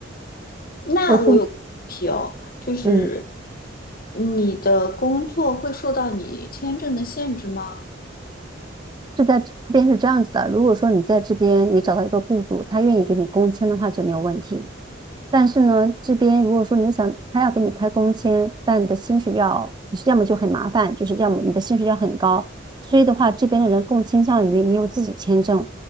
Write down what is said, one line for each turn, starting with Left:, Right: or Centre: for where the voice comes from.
Left: 那我有问题哦，
Right: 我是，
Left: 就是
Right: 嗯，
Left: 你的工作会受到你签证的限制吗？
Right: 是在这边是这样子的，如果说你在这边你找到一个雇主，他愿意给你工签的话就没有问题。但是呢，这边如果说你想他要给你开工签，但你的薪水要，就是要么就很麻烦，就是要么你的薪水要很高。所以的话，这边的人更倾向于你有自己签证。